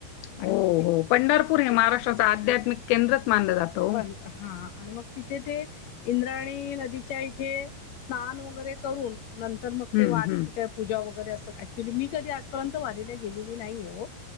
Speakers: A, on the left; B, on the left.
A: आणि
B: हो
A: मग
B: हो पंढरपूर हे महाराष्ट्राच आध्यात्मिक केंद्रच मानलं जातं. ओ.
A: बंद हा आणि मग तिथे ते इंद्राणी नदी च्या इथे स्नान वगैरे करून नंतर मग
B: हं,
A: ते वारी
B: हं.
A: ची काय पूजा वगैरे असल ऍक्च्युली मी कधी आजपर्यंत वाारीला गेलेली नाहीय ओ.